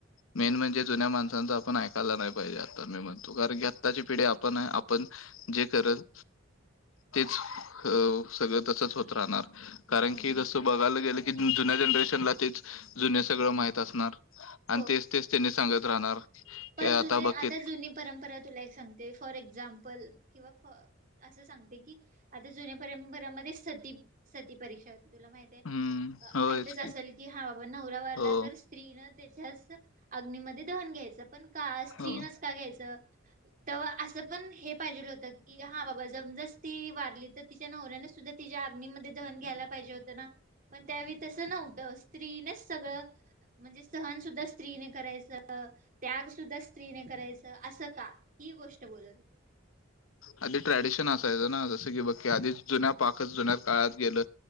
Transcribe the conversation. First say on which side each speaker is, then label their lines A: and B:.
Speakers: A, on the left; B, on the right.
A: मेन म्हणजे जुन्या माणसांच आपण ऐकायला नाही पाहिजे आता मी म्हणतो कारण की आत्ताची पिढी आपण आपण जे करत तेच सगळं तसच होत राहणार कारण
B: हो
A: की जसं बघायला गेलं की जुन्या जनरेशनला तेच जुने सगळं माहत असणार आणि
B: हो
A: तेच तेच त्यांनी सांगत राहणार
B: पण
A: की
B: जुने
A: बघित
B: आता जुनी परंपरा तुला एक सांगते फॉर एक्झाम्पल किंवा फ असं सांगते की आता जुन्या परंपरामध्ये सती सती परीक्षा होती तुला माहि
A: हम्म होयच
B: माहितच असेल की हा बाबा नवरा वारला
A: हो
B: तर स्त्रीन त्याच्याच अग्नीमध्येध्ये दहन घ्यायचं पण का स्त्री
A: हो
B: नस का घ्यायचं तर असं पण हे पाहिजेलं होतं की हा बाबा जमदास ती वारली तर तिच्या नवऱ्याने सुद्धा ति या अग्नी मध्ये दहन घ्यायला पाहिजे होतं ना पण त्यावेळी तसं नव्हतं स्त्रीनेच सगळं म्हणजे सहन सुद्धा स्त्रीने करायचं त्याग सुद्धा स्त्रीने करायचं असं का ही गोष्ट बोलत
A: आधी ट्रॅडिशन असायचं ना जसं की बघकी आधी जुन्या पाकच जुन्या काळात गेलं